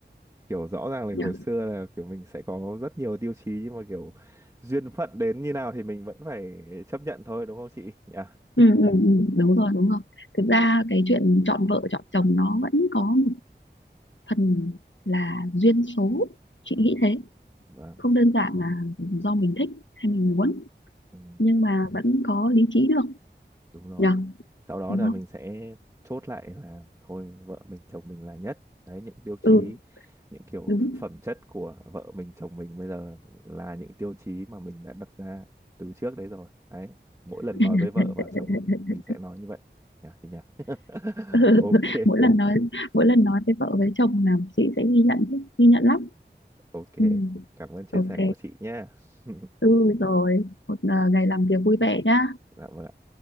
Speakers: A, on the right; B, on the left.
A: kiểu rõ ràng là
B: nhỉ
A: hồi xưa là kiểu mình sẽ có rất nhiều tiêu chí nhưng mà kiểu duyên phận đến như nào thì mình vẫn phải chấp nhận thôi đúng không chị nhỉ
B: Ừ, ừ, ừ, đúng rồi đúng rồi thực ra cái chuyện chọn vợ chọn chồng nó vẫn có một phần là duyên số chị
A: ừ.
B: nghĩ thế
A: Vâng,
B: không đơn giản là do mình thích hay mình muốn
A: ừ,
B: nhưng mà vẫn có lý trí được
A: đúng rồi.
B: nhở
A: Sau đó
B: đúng
A: là
B: không
A: mình sẽ chốt lại là thôi vợ mình chồng mình là nhất. Đấy những tiêu chí
B: ừ
A: những kiểu
B: đúng
A: phẩm chất của vợ mình chồng mình bây giờ là những tiêu chí mà mình đã đặt ra từ trước đấy rồi. Đấy, mỗi lần nói
B: <laughs>
A: với vợ và chồng thì mình sẽ nói như vậy. Nhỉ, thì nhỉ. <laughs>
B: Ừ,
A: Ok,
B: mỗi lần nói mỗi lần nói với vợ với chồng là chị sẽ ghi nhận chứ, ghi nhận lắm
A: ok.
B: ừ,
A: Cảm ơn chia
B: ok
A: sẻ của chị nha. <laughs>
B: ừ rồi một ờ, ngày làm việc vui vẻ nhá
A: Dạ vâng